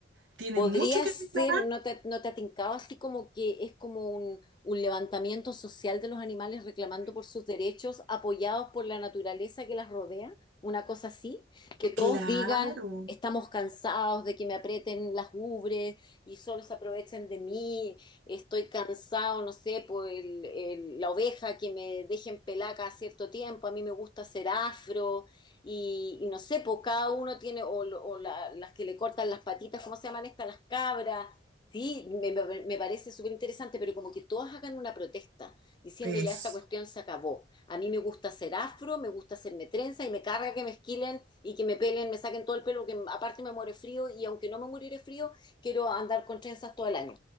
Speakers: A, on the right (about 75°); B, on the left (about 25°).
A: Tienen
B: podría
A: mucho que
B: ser,
A: reclamar.
B: ¿no te, no te ha tincado así como que es como un, un levantamiento social de los animales reclamando por sus derechos, apoyados por la naturaleza que las rodea? Una cosa así, que todos
A: Claro.
B: digan, estamos cansados de que me aprieten las ubres y solo se aprovechen de mí, estoy cansado, no sé, por el- el- la oveja que me dejen pelaca a cierto tiempo, a mí me gusta ser afro. y, y no sé, pues cada uno tiene, o, o la- las que le cortan las patitas, ¿cómo se llaman estas? Las cabras. Sí, me, me- me parece súper interesante, pero como que todas hagan una protesta, diciendo
A: Eso,
B: ya esta cuestión se acabó. A mí me gusta ser afro, me gusta hacerme trenza y me carga que me esquilen y que me pelen, me saquen todo el pelo, porque aparte me muere frío y aunque no me muere frío, quiero andar con trenzas todo el año.